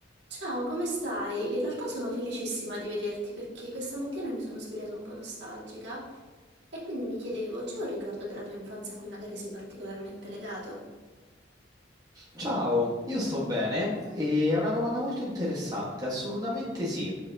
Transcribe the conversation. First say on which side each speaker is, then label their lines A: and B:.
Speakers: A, on the right; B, on the right.
A: Ciao, come stai? In realtà sono felicissima di vederti perché questa mattina mi sono svegliata un po' nostalgica e quindi mi chiedevo, c'è un ricordo della tua infanzia a cui magari sei particolarmente legato?
B: Ciao, io sto bene e è una domanda molto interessante, assolutamente sì.